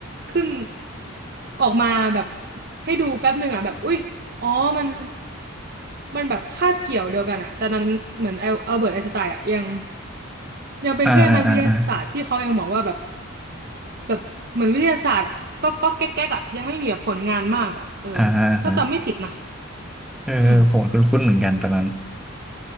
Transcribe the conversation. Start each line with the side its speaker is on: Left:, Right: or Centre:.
Right: ขึ้นออกมาแบบให้ดูแป๊บหนึ่งอะแบบอุ้ยอ๋อมันมันแบบคาบเกี่ยวเดียวกันอะแต่ตอนนั้นเหมือนอัลเบิร์ตไอน์สไตน์อะยัง ยังเป็นแค่นักวิทยาศาสตร์ที่เขายังบอกว่าแบบ
Centre: อ่าอ่าอ่าอ่า
Right: แบบเหมือนวิทยาศาสตร์ก็ก็แก๊กแก๊กอ่ะยังไม่มีแบบผลงานมากอ่ะเออ
Centre: อ่าอ่า
Right: ถ้าจำไม่ผิดนะ
Centre: เออผมคุ้นๆเหมือนกันตอนนั้น
Right: อืม